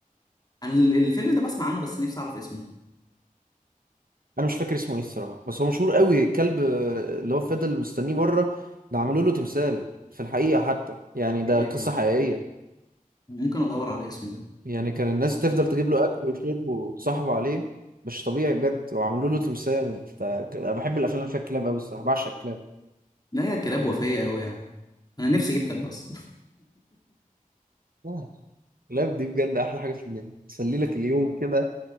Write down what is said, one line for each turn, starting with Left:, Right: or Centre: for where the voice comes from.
Left: انا ال- الفيلم ده بسمع عنه بس نفسي اعرف اسمه
Right: انا مش فاكر اسمه ايه الصراحه بس هو مشهور قوي كلب آه، اللي هو فضل مستنيه بره ده عملوا له تمثال في الحقيقه حتى يعني ده
Left: إيه
Right: قصه
Left: ده؟
Right: حقيقيه
Left: ممكن ادور على اسمه ده
Right: يعني كان الناس تفضل تجيب له اكل وشرب وتصاحبه عليه مش طبيعي بجد وعملوا له تمثال ف- انا بحب الافلام اللي فيها كلاب قوي الصراحه بعشق الكلاب
Left: لا يا كلاب وفيه قوي يعني انا نفسي اجيب كلب اصلا
Right: آه، الكلاب دي بجد احلى حاجه في الدنيا تسلي لك اليوم كده